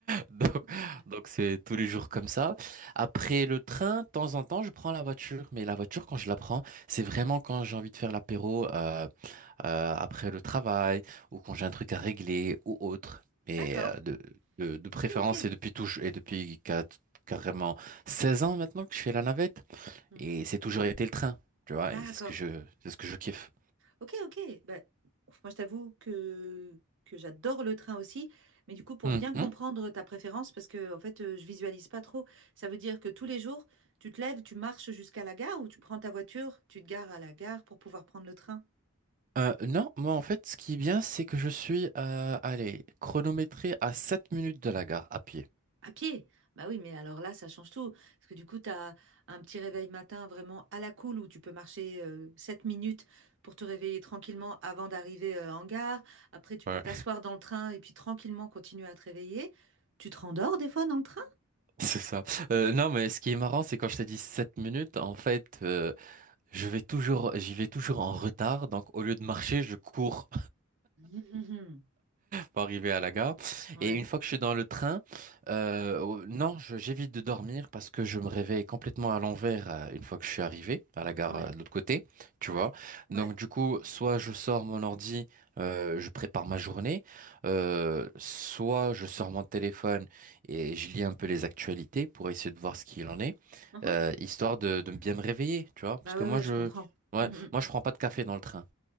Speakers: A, on the right (about 40°); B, on the right (about 60°).
A: Donc, <laughs>
B: hum. Ouais.
A: donc c'est tous les jours comme ça. Après le train, de temps en temps, je prends la voiture. Mais la voiture, quand je la prends, c'est vraiment quand j'ai envie de faire l'apéro euh, euh, après le travail ou quand j'ai un truc à régler ou autre. Mais
B: D'accord.
A: euh, de, de, de préférence,
B: Ok, ok.
A: et depuis tout, et depuis quat- carrément 16 ans maintenant que je fais la navette.
B: Hmm.
A: Et c'est toujours été le train, tu vois.
B: D'accord.
A: Et c'est ce que je, c'est ce que je kiffe.
B: Ok, ok. Bah, ouf, moi, je t'avoue que, que j'adore le train aussi. Mais du coup, pour
A: Mhm.
B: bien comprendre ta préférence, parce que en fait, euh, je visualise pas trop, ça veut dire que tous les jours, tu te lèves, tu marches jusqu'à la gare ou tu prends ta voiture, tu te gares à la gare pour pouvoir prendre le train.
A: Euh, non, moi en fait, ce qui est bien, c'est que je suis euh, allez, chronométré à 7 minutes de la gare à pied.
B: À pied? Bah oui, mais alors là, ça change tout. Parce que du coup, tu as un petit réveil matin vraiment à la cool où tu peux marcher euh, 7 minutes pour te réveiller tranquillement avant d'arriver euh, en gare. Après, tu
A: Ouais,
B: peux t'asseoir dans le train et puis tranquillement continuer à te réveiller. Tu te rendors des fois dans le train?
A: <laughs> c'est ça. Euh, non, mais ce qui est marrant, c'est quand je t'ai dit 7 minutes, en fait, euh, je vais toujours, j'y vais toujours en retard. Donc, au lieu de marcher, je cours.
B: Mhm. mhm.
A: pour arriver à la gare.
B: Ouais,
A: Et une fois que je suis dans le train, euh, oh, non, je- j'évite de dormir parce que je me réveille complètement à l'envers euh, une fois que je suis arrivé à la gare
B: ouais,
A: euh, de l'autre côté, tu
B: ouais,
A: vois.
B: ouais.
A: Donc du coup, soit je sors mon ordi, euh, je prépare ma journée, euh, soit je sors mon téléphone et je lis un peu les actualités pour essayer de voir ce qu'il en est,
B: Mhm.
A: euh, histoire de, de bien me réveiller, tu vois. Parce
B: Bah
A: que
B: ouais,
A: moi,
B: ouais,
A: je,
B: je comprends.
A: ouais,
B: Mhm.
A: moi, je prends pas de café dans le train.